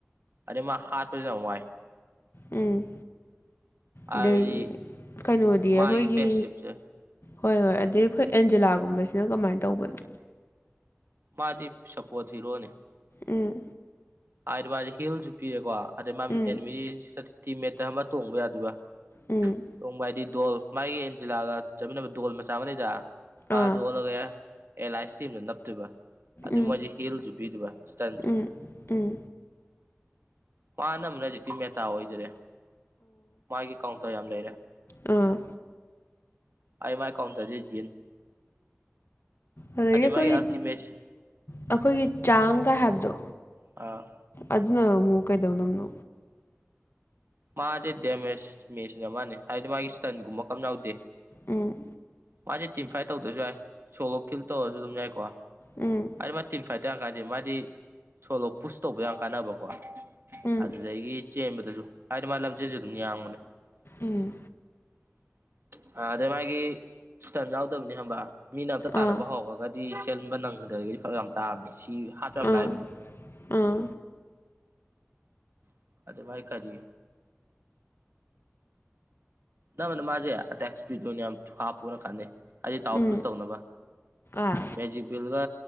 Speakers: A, on the right (about 55°); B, on the left (about 55°).
A: ꯑꯗꯩ ꯃꯥ ꯍꯥꯠꯄꯖꯨ ꯌꯥꯝ ꯋꯥꯥꯏ
B: ꯎꯝ
A: ꯍꯥꯏꯕꯗꯤ
B: ꯑꯗꯒꯤ ꯀꯩꯅꯣꯗꯤ
A: ꯃꯥꯒꯤ
B: ꯑꯈꯣꯏꯒꯤ
A: ꯄꯦꯁꯤꯞꯁꯦ
B: ꯍꯣꯏ ꯍꯣꯏ ꯑꯗꯩ ꯑꯈꯣꯏ ꯑꯦꯟꯖꯦꯂꯥꯒꯨꯝꯕꯁꯤꯅ ꯀꯃꯥꯏ ꯇꯧꯕꯅꯣ
A: ꯃꯥꯗꯤ ꯁꯞꯄꯣꯔꯠ ꯍꯤꯔꯣꯅꯦ
B: ꯎꯝ
A: ꯍꯥꯏꯗꯤ ꯃꯥꯗꯤ ꯍꯤꯜꯖꯨ ꯄꯤꯔꯦꯀꯣ ꯑꯗꯩ ꯃꯥ
B: ꯎꯝ
A: ꯑꯦꯅꯤꯃꯤ ꯁꯇꯤ ꯇꯤꯝ ꯃꯦꯠꯇ ꯑꯃ ꯇꯣꯡꯕ ꯌꯥꯗꯣꯏꯕ
B: ꯎꯝ
A: ꯇꯣꯡꯕ ꯍꯥꯏꯗꯤ ꯗꯣꯜ ꯃꯥꯒꯤ ꯑꯦꯟꯖꯤꯂꯥꯒ ꯆꯠꯃꯤꯟꯅꯕ ꯗꯣꯜ ꯃꯆꯥ ꯑꯃ ꯂꯩꯗ ꯃꯥꯗꯣ
B: ꯑꯥ
A: ꯑꯣꯜꯂꯒꯦ ꯑꯦꯂꯥꯏꯁ ꯇꯤꯝꯗ ꯅꯞꯇꯣꯏꯕ ꯑꯗꯨꯏ
B: ꯎꯝ
A: ꯃꯣꯏꯖꯨ ꯍꯤꯜꯖꯨ ꯄꯤꯗꯨꯕ ꯏꯁꯇꯟꯖꯨ
B: ꯎꯝ ꯎꯝ
A: ꯃꯥꯅꯃꯨꯛ ꯂꯥꯏꯖꯤꯛꯇꯤ ꯃꯦꯇꯥ ꯑꯣꯏꯗꯔꯦ ꯃꯥꯒꯤ ꯀꯥꯎꯟꯠ ꯂꯩꯔꯦ
B: ꯑ
A: ꯑꯎ ꯃꯥꯏ ꯀꯥꯎꯟꯇ꯭ꯔꯖꯦ ꯋꯤꯟ
B: ꯑꯗꯨꯗꯒꯤ ꯑꯩꯈꯣꯏꯒꯤ
A: ꯃꯥꯒꯤ ꯑꯜꯇꯤꯃꯦꯠ
B: ꯑꯩꯈꯣꯏꯒꯤ ꯆꯥꯡꯀꯥꯏ ꯍꯥꯏꯕꯗꯣ
A: ꯑꯥ
B: ꯑꯗꯨꯅ ꯑꯃꯨꯛ ꯀꯩꯗꯧꯅꯕꯅꯣ
A: ꯃꯥꯖꯦ ꯗꯦꯃꯦꯁ ꯃꯦꯁꯤꯅ ꯑꯃꯅꯦ ꯍꯥꯏꯕꯗꯤ ꯃꯥꯒꯤ ꯏꯁ꯭ꯇꯟꯒꯨꯝꯕ ꯀꯝ ꯌꯥꯎꯗꯦ
B: ꯎꯝ
A: ꯃꯥꯖꯦ ꯇꯤꯝ ꯐꯥꯏꯠ ꯇꯧꯗ꯭ꯔꯖꯨ ꯌꯥꯏ ꯁꯣꯂꯣ ꯀꯤꯜ ꯇꯧꯔꯖꯨ ꯑꯗꯨꯝ ꯌꯥꯏꯀꯣ
B: ꯎꯝ
A: ꯍꯥꯏꯗꯤ ꯃꯥ ꯇꯤꯟ ꯐꯥꯏꯠꯇ ꯌꯥꯝ ꯀꯥꯟꯅꯗꯦ ꯃꯥꯗꯤ ꯁꯣꯂꯣ ꯄꯨꯁ ꯇꯧꯕ ꯌꯥꯝ ꯀꯥꯟꯅꯕꯀꯣ
B: ꯎꯝ
A: ꯑꯗꯨꯗꯒꯤ ꯆꯦꯟꯕꯗꯁꯨ ꯍꯥꯏꯗꯤ ꯃꯥ ꯂꯝꯖꯦꯜꯁꯨ ꯑꯗꯨꯝ ꯌꯥꯡꯕꯅꯦ
B: ꯎꯝ
A: <inaudible> ꯑ ꯑꯗꯩ ꯃꯥꯒꯤ ꯏꯁꯇꯟ ꯌꯥꯎꯗꯕꯅꯤ ꯍꯕ ꯃꯤꯅ ꯑꯝꯇ ꯇꯥꯟꯅꯕ
B: ꯑꯥ
A: ꯍꯧꯔꯒꯗꯤ ꯗꯤ ꯆꯦꯟꯕ ꯅꯪꯒꯗꯕꯒꯤꯗꯤ ꯐꯔ ꯌꯥꯝ ꯇꯥꯕꯅꯤ ꯁꯤ ꯍꯥꯠꯄ ꯌꯥꯝ
B: ꯑꯥ
A: ꯂꯥꯏꯕꯅꯤ
B: ꯑꯥ
A: ꯎꯝ ꯑꯗꯨ ꯃꯥꯏ ꯀꯔꯤ ꯅꯝꯕꯅ ꯃꯥꯖꯦ ꯑꯦꯇꯦꯛ ꯑꯦꯁꯄꯤꯠꯇꯨꯅꯦꯝ ꯍꯥꯥꯞ ꯄꯨꯔꯛ ꯀꯥꯟꯅꯩ ꯍꯥꯏꯗꯤ ꯇꯥꯎꯄꯨꯁ
B: ꯎꯝ
A: ꯇꯧꯅꯕ
B: ꯑꯥ
A: ꯃꯦꯖꯤꯛ ꯕꯤꯜꯒ